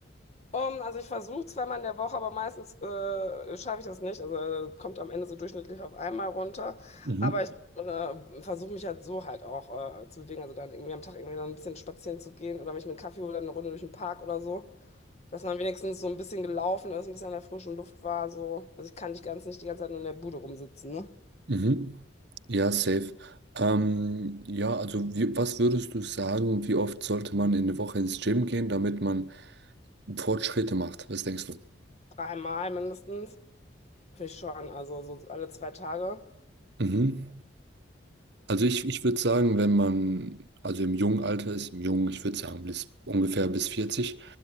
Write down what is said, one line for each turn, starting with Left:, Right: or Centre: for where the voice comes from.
Left: Um, also ich versuche zweimal in der Woche, aber meistens äh, schaffe ich das nicht. Also äh, kommt am Ende so durchschnittlich auf einmal runter.
Right: Mhm.
Left: Aber ich äh, versuche mich halt so halt auch äh, zu bewegen. Also dann irgendwie am Tag irgendwie dann ein bisschen spazieren zu gehen oder mich mit einem Kaffee oder eine Runde durch den Park oder so. Dass man wenigstens so ein bisschen gelaufen ist, ein bisschen an der frischen Luft war. So. Also ich kann nicht ganz nicht die ganze Zeit nur in der Bude rumsitzen, ne?
Right: Mhm. Ja, safe. Ähm, ja, also wie, was würdest du sagen, wie oft sollte man in der Woche ins Gym gehen, damit man Fortschritte macht? Was denkst du?
Left: Dreimal mindestens. Finde ich schon. Also so alle zwei Tage.
Right: Mhm. Also ich, ich würde sagen, wenn man, also im jungen Alter ist, im jungen, ich würde sagen, bis ungefähr bis 40,